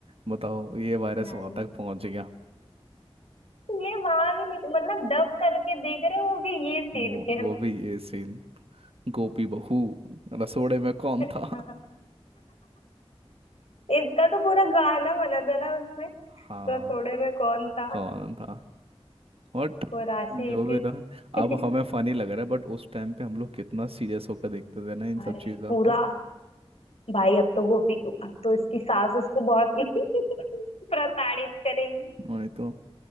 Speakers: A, on the right; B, on the left.
A: बताओ ये वायरस
B: मैंने
A: वहां तक पहुंच गया
B: ये वहां भी नहीं मतलब डब करके देख रहे हो वो भी ये सीरियल
A: वो वो भी ये सीन गोपी बहू रसोड़े में कौन
B: <laughs>
A: था
B: इसका तो पूरा गाना बना था ना उसमें
A: हाँ
B: रसोड़े में कौन था
A: कौन था बट
B: वो राशि ही
A: जो भी था
B: थी
A: अब हमें
B: <laughs>
A: फनी लग रहा है बट उस टाइम पे हम लोग कितना सीरियस होकर देखते थे ना इन
B: अरे
A: सब चीजों
B: पूरा
A: को
B: भाई अब तो गोपी को अब तो इसकी सास उसको बहुत <laughs> प्रताड़ित करेंगी
A: वही तो